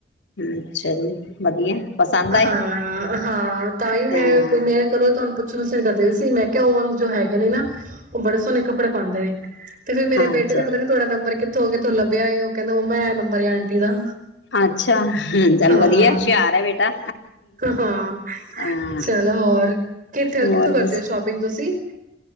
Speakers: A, on the left; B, on the right.
A: ਅੱਛਾ ਜੀ। ਵਧੀਆ ਪਸੰਦ ਆਏ
B: ਹਾਂ ਹਾਂ ਤਾਂ ਹੀ
A: ਹਾਂ
B: ਮੈਂ ਮੈਂ ਕਰੋ ਤੁਹਾਨੂੰ ਪੁੱਛਣਾ ਸੀ ਤੋਹਾਡਾ ਦਿਲ ਸੀ, ਮੈਂ ਕਿਹਾ ਉਹ ਜੋ ਹੈਗੇ ਨਾ ਉਹ ਬੜੇ ਸੋਹਣੇ ਕੱਪੜੇ ਕੱਪੜੇ ਪਾਉਂਦੇ ਨੇ ਤੇ ਫਿਰ ਮੇਰੇ ਬੇਟੇ
A: ਅੱਛਾ
B: ਨੇ ਪਤਾ ਨੀ ਤੁਹਾਡਾ ਨੰਬਰ ਕਿਥੋਂ ਕਿਥੋਂ ਲੱਭਿਆ ਉਹ ਕਹਿੰਦਾ ਮੰਮਾ ਆ ਨੰਬਰ ਆਂਟੀ ਦਾ
A: ਅੱਛਾ ਹ ਚੱਲ
B: ਹਾਂ
A: ਵਧੀਆ ਹੋਸ਼ੀਆਰ ਬੇਟਾ
B: ਹਾਂ
A: ਹਾਂ
B: ਚਲੋ ਹੋਰ ਕਿੱਥੇ
A: ਹੋਰ
B: ਕਿੱਥੋਂ ਕਰਦੇ
A: ਬਸ
B: ਹੋ ਸ਼ੋਪਿੰਗ ਤੁਸੀਂ?